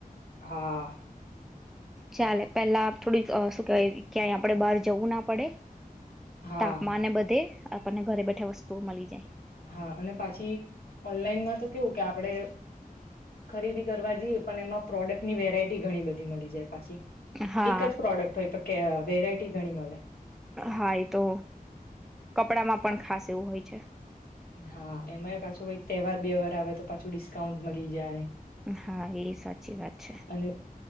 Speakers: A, on the left; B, in the centre.
A: હા
B: ચાલે પેલા થોડીક શું કેહેવાય ક્યાંય આપડે બહાર જવું ના પડે
A: હા
B: તાપમાનને બધે આપણને ઘરે બેઠા વસ્તુઓ મળી જાય
A: હા અને પાછી ઓનલાઈનમાં તો કેવું કે આપડે ખરીદી કરવા જઈએ પણ એમાં પ્રોડક્ટ ની વેરાયટી ઘણી બધી મળી જાય
B: હા
A: એક જ પ્રોડક્ટય વેરાય મળ
B: હા એ તો કપડામાં પણ ખાસ એવું હોય છે
A: હા એમાં પાછો કઈક તહેવાર બેવાર આવે તો પાછું ડિસ્કાઉન્ટ મળી જાય
B: હા એ સાચી વાત છે
A: અને